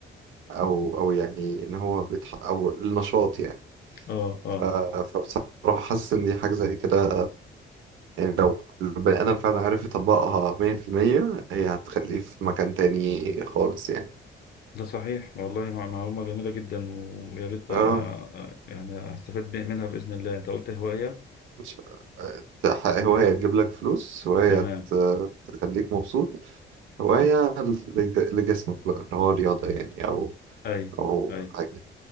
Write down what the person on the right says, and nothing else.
أو أو يعني إن هو بيتح أو النشاط يعني
ف... فبصراحة حاسس إن دي حاجة زي كده يعني لو لو البني آدم فعلا عارف يطبقها 100% هي هتخليه في مكان تاني خالص يعني
اه
مش ت- هواية تجيب لك فلوس هواية
ت- تخليك مبسوط هواية لج- لجسمك بقى اللي هو رياضة يعني أو
أو
حاجة